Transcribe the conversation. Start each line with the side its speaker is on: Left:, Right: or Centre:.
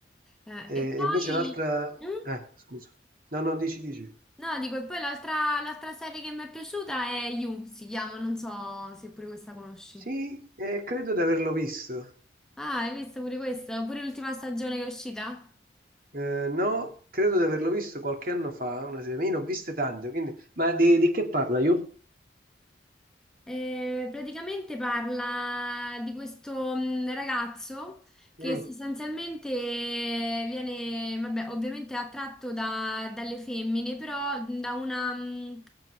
Centre: Eh,
Right: e
Centre: e poi...
Right: invece l'altra...
Centre: Mm?
Right: Eh, scusa. No, no, dici, dici.
Centre: No, dico, e poi l'altra l'altra serie che mi è piaciuta è You, si chiama, non so se pure questa conosci.
Right: Sì, eh, credo di averlo visto.
Centre: Ah, hai visto pure questa? Pure l'ultima stagione che è uscita?
Right: Eh, no, credo di averlo visto qualche anno fa, una serie. Ma Io ne ho viste tante, quindi... Ma di, di che parla io?
Centre: Eh, praticamente parla di questo mh, ragazzo
Right: Mm.
Centre: che sostanzialmente viene, vabbè, ovviamente attratto da- dalle femmine, però da una, mh,